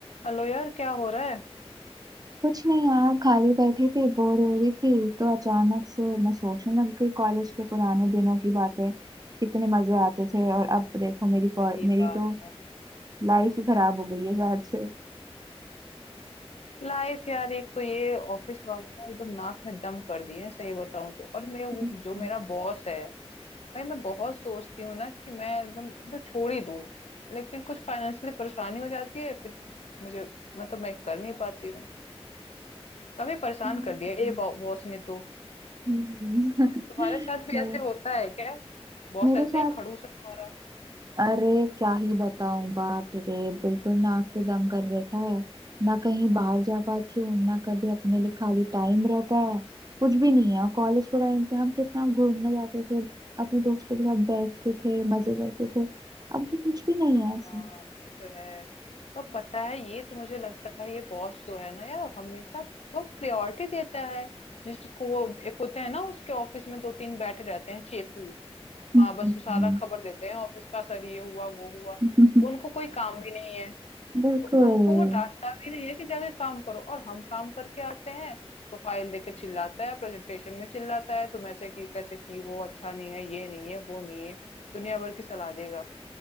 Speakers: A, on the left; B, on the right.
A: Hello यार क्या हो रहा है
B: कुछ नहीं यार खाली बैठी थी बोर हो रही थी तो अचानक से मैं सोचने लग गई कॉलेज के पुराने दिनों की बातें कितने मजे आते थे और अब देखो मेरी कॉल-
A: सही
B: मेरी
A: बात
B: तो
A: है
B: लाइफ ही खराब हो गई है शायद से
A: लाइफ यार एक तो ये ऑफिस वाले ना एकदम नाक में दम कर दिए हैं सही बताऊं तो और मैं वो
B: हम्म,
A: जो मेरा बॉस है भाई मैं बहुत सोचती हूँ ना कि मैं एकदम तो छोड़ ही दूं लेकिन कुछ फाइनेंशियली परेशानी हो जाती है फिर मुझे मतलब मैं कर नहीं पाती हूँ काफी परेशान
B: हम्म,
A: कर दिया ये बॉ- बॉस ने तो
B: <laughs> हम्म।
A: तुम्हारे साथ भी
B: मेरे
A: ऐसे होता है क्या बॉस
B: मेरे
A: ऐसे
B: साथ
A: ही खड़ूस है तुम्हारा
B: अरे क्या ही बताऊं बाप रे बिल्कुल नाक पे दम कर रखा है ना कहीं बाहर जा पाती हूँ ना कभी अपने लिए खाली टाइम रहता है कुछ भी नहीं है कॉलेज के टाइम पे हम कितना घूमने जाते थे अपने दोस्तों के साथ बैठते थे मजे करते थे अब तो कुछ भी नहीं है ऐसा
A: हाँ ये तो है और पता है ये तो मुझे लगता है ये बॉस जो है ना यार हमेशा बहुत प्रायोरिटी देता है जिसको वो एक होते हैं ना उसके ऑफिस में दो तीन बैठे रहते हैं चेपू
B: हम्म,
A: हाँ बस वो सारा खबर देते हैं ऑफिस का सर ये हुआ वो हुआ
B: हम्म,
A: उनको कोई काम भी नहीं है
B: <laughs> बिल्कुल
A: तो उनको वो डांटता भी नहीं है कि जाके काम करो और हम काम करके आते हैं तो फाइल देके चिल्लाता है प्रेजेंटेशन में चिल्लाता है तुम ऐसे की कैसे की हो अच्छा नहीं है ये नहीं है वो नहीं है दुनिया भर की सलाह देगा